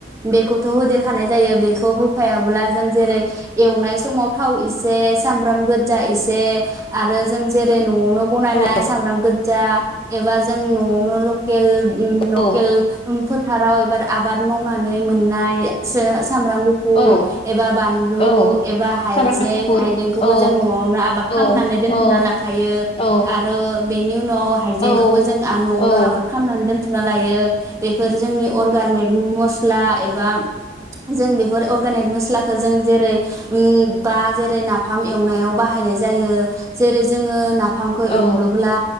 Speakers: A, on the right; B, on the left.
A: बेखौथ' होदेरखानाय जायो बेखौ हो होफायाब्ला जों जेरै एवनाय समाव थाव इसे सामब्राम गोज्जा एसे आरो जों जेरै न'आवनो बनायनाय
B: औ
A: सामब्राम गोज्जा एबा जों नआवनो ल केल ओ लकेल
B: औ
A: फो फोथाराव एबार आबाद मावनानै मोननाय जो- सामब्राम गुफुर फुर
B: औ
A: एबा बानलु
B: औ
A: एबा हाइजें
B: सामब्राम गुफुर
A: हाइजेंखौबो
B: औ
A: जों नआवनो आबाद खालामनानै
B: औ
A: दोनथुमनानै
B: औ
A: लाखायो
B: औ
A: आरो बेनि उनाव हाइजेंखौबो
B: औ
A: जों आ न'आवनो
B: औ
A: आबाद खालामनानै दोन थुना लायो बेफोर जोंनि अरगानिक मस्ला एबा जों बे फोर अर्गानिक मोस्लाखो जों जेरै उम बा जेरै ना फाम एवनायाव बाहायनाय जायो। जेरै जोङो नाफामखौ एवनोब्ला
B: औ